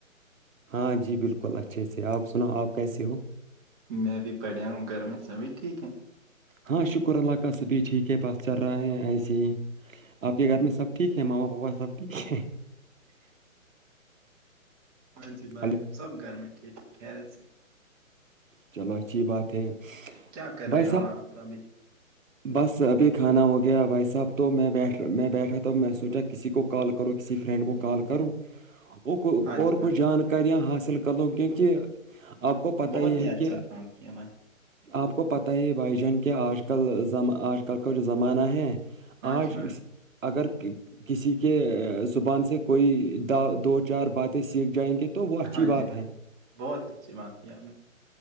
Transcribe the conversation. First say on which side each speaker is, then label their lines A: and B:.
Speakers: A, on the right; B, on the right.
A: ہاں جی بالکل اچھے سے آپ سنو آپ کیسے ہو
B: میں بھی پڑھیا ہوں گھر میں سبھی ٹھیک ہے
A: ہاں شکر اللہ کا سبھی ٹھیک ہے بس چل رہے ہیں ایسے ہی آپ کے گھر میں سب ٹھیک ہے ماما پاپا سب ٹھیک ہے
B: ےے ہاں جی بھائی
A: ہلو
B: سب گھر میں ٹھیک ہے خیرت سے
A: چلو اچھی بات ہے
B: کیا کر رہے
A: بھائی
B: ہو
A: صاحب
B: آپ ابھی
A: بس ابھی کھانا ہو گیا بھائی صاحب تو میں بیٹھ میں بیٹھا تو میں سوچا کسی کو کال کرو کسی فرینڈ کو کال کرووں اور
B: ہاں
A: اور
B: جی بھائی
A: کوئی جانکاریاں حاصل کروں کیونکہ آپ کو پت
B: بہت
A: ہی ہے
B: اچھا
A: کہ
B: کام کیا بھائی
A: آپ کو پتہ ہی بھائی جان کیا آج کلم آج کل کا جو زمانہ ہے
B: ہاں
A: آج
B: جی بھائی
A: اسسی اگر کسی کے زبان سے کوئی دو چار باتیں سیکھ جائیں گے تو وہ اچھی
B: ہاں
A: بات
B: جی بھائی
A: ہے
B: بہت اچھی بات کی آپ نے